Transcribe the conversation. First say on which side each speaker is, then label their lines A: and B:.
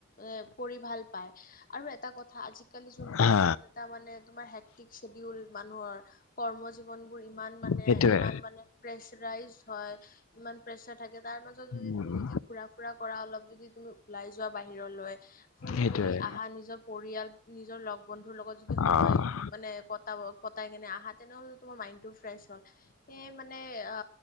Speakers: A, on the left (about 40°); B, on the left (about 85°).
A: এ কৰি ভাল পায় আৰু এটা কথা আজি জালি যোনটো
B: হা
A: ইমান এটা মানে তোমাৰ হে্টিক শ্বডিউল মানুহৰ কৰ্ম জীৱনবোৰ ইমান মানে
B: সেইটোৱে
A: ইমান মানে প্ৰেচাৰইজ হয় ইমান প্ৰেচাৰ থাকে তাৰ মাজত যদি
B: উম
A: তুমি যদি ঘুৰা ফুৰা কৰা অলপ যদি তুমি ওলাই যোৱা বাহিৰলৈ ফুৰি
B: সেইটোৱে
A: মেলি আহা নিজৰ পৰিয়াল নিজৰ লগ বন্ধুৰ লগত যদি সময়
B: আহ
A: মানে ক কটাই কেনে আহা তেনেহ'লে তোমাৰ মাইণ্ড টো ফ্ৰেছ হ'ল সেয়ে মানে অ